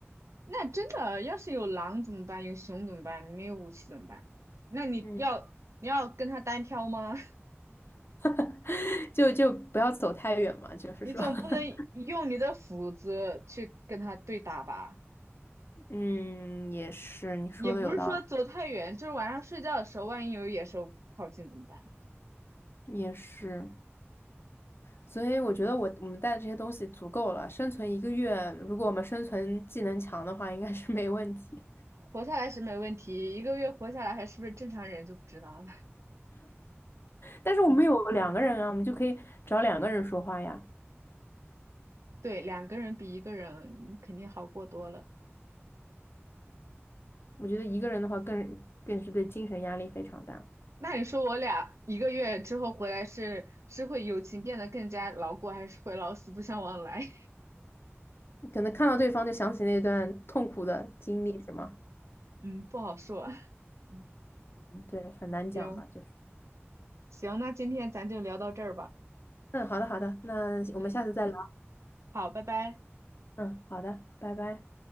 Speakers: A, on the right; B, on the left.
A: 那真的，要是有狼怎么办？有熊怎么办？你没有武器怎么办？那你要你要跟他单挑吗？
B: 嗯，<laughs> 就就不要走太远嘛，就是说。
A: <laughs> 你总不能用你的斧子去跟他对打吧？
B: <laughs> 嗯，也是，你说的有道
A: 也不是说走太远，就是晚上睡觉的时候，万一有野兽靠近怎么办？
B: 理，也是。所以我觉得我我们带的这些东西足够了，生存一个月，如果我们生存技能强的话，应该是没问题。
A: 活下来是没问题，一个月活下来还是不是正常人就不知道了。<laughs>
B: 但是我们有两个人啊，我们就可以找两个人说话呀。
A: 对，两个人比一个人肯定好过多了。
B: 我觉得一个人的话更更是对精神压力非常大，
A: 那你说我俩一个月之后回来是是会友情变得更加牢固，还是会老死不相往来？
B: 可能看到对方就想起那段痛苦的经历，是吗？
A: <laughs> 嗯，不好说。<laughs> 嗯，
B: 嗯对，很难讲吧，
A: 行
B: 就是
A: 行，那今天咱就聊到这儿吧。
B: 嗯，好的好的，那我们下次再聊。
A: 嗯，好，拜拜。
B: 嗯，好的，拜拜。